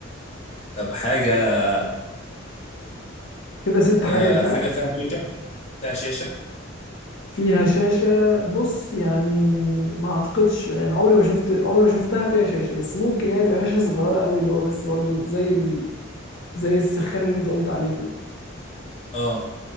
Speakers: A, on the left; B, on the left.
A: طب حاجة
B: كده ست
A: آه
B: حاجات ها
A: حاجة فيها شاشة فيها شاشة
B: فيها شاشة بص يعني ما اعتقدش يعني عمري ما شفت عمري ما شفتها فيها شاشة بس ممكن يعني تبقى فيها شاشة صغيرة قوي اللي هو بس برضو زي ال... زي السخان اللي انت قلت عليه كده
A: اه